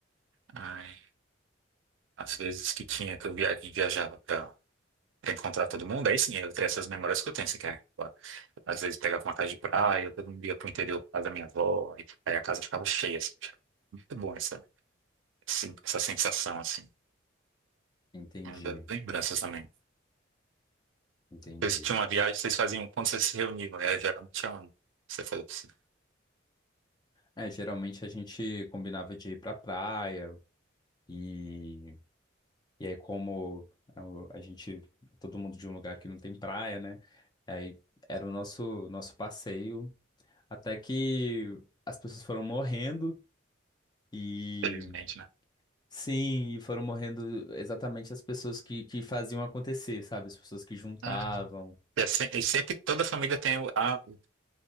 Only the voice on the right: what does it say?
Ai, às vezes que tinha, que eu via- que viajava pra, pra encontrar todo mundo, aí sim, eu tenho essas memórias que eu tenho, assim, que é, ó, às vezes pegava uma casa de praia, todo mundo ia pro interior por causa da minha avó, aí, aí a casa ficava cheia, assim, achava muito bom essa, esse- essa sensação, assim,
é Uma das lembranças também.
Vocês tinham uma viagem, vocês faziam quando vocês se reuniam, era geralmente é onde você falou que sim,
felizmente, né?
Ah, é se- e sempre toda família tem o, a- o,